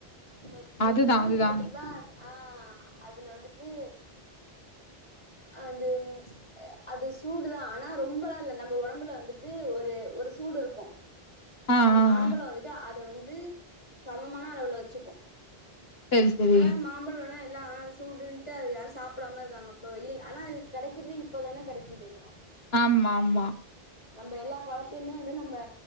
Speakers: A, on the left (about 30°); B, on the left (about 75°).
A: ப்ப இப்ப
B: அதுதா
A: வெயில்
B: அதுதா
A: நேரத்தில்ல தா அது ஆஹ் அதுல வந்துட்டு அது அது சூடுதா ஆனா ரொம்பலாம் இல்ல நம்ம ஒடம்புல வந்துட்டு ஒரு ஒரு சூடு இருக்கும்
B: ஆ
A: அந்த
B: ஆ
A: மாம்பழோ
B: ஆ
A: வந்திட்டு அத வந் து சமமான அளவுல வச்சுக்கூ
B: சரி சரி
A: ஆனா மாம்பழோல்லா எல்லா ஸ் ஸுடுண்ட்டு அது யாரூ சாப்டாம இருக்காங்கப் கோயில் ஆன அது கெடைக்றதே இப்பதானே கெடைக் இது
B: ஆமாமா
A: நம்ம எல்லா பழத்தைமே வந்து நம்ம